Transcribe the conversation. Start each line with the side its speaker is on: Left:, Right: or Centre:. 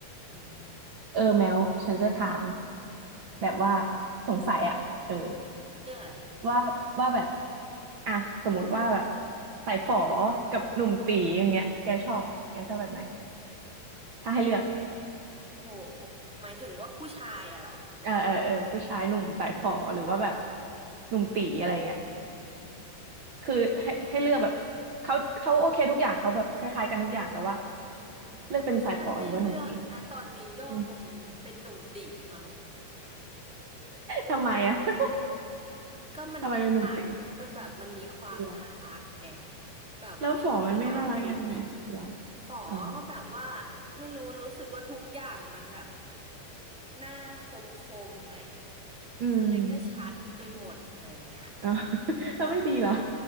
Centre: อืม
Right: เออแมวฉันจะถามแบบว่าสงสัยอะเออ
Centre: เรื่องอะไร
Right: ว่าว่าแบบอ่ะสมมติว่าแบบสายฝอกับหนุ่มตีอย่างเงี้ยแกชอบแกชอบแบบไหนถ้าให้เลือก
Centre: โอ้โห หมายถึงว่าผู้ชายอะเหรอ
Right: เออเออเออผู้ชายหนุ่มสายฝอหรือว่าแบบหนุ่มตีอะไรเงี้ยคือให้ให้เลือกแบบเขาเขาโอเคทุกอย่างเขาแบบคล้ายๆกันทุกอย่างแต่ว่าเลือกเป็นสายฝอหรือว่าหนุ่มตี
Centre: ถ้าให้เลือกนะตอนนี้ก็คงเป็นหนุ่มตีมั้ง
Right: อืมทำไมอะ <laughs>
Centre: ก็มันน่ารักมันแบบมันมีความน่ารักไง
Right: ทำไมเป็นหนุ่มตีเหรอ
Centre: แบบว่าขาวขาวตีตี
Right: แล้วฝอมันไม่น่ารักยังไงเหรอ
Centre: ฝอ
Right: อ่า
Centre: แบบว่าไม่รู้รู้สึกว่าทุกอย่างมันแบบหน้าคมคมไหม
Right: อืม
Centre: อะไรก็ชัดไปหมดอะไรเงี้ย
Right: อ๋อ <laughs>
Centre: แล้วก็ถ้าฝอ
Right: แล้วไม่ดีเหรอ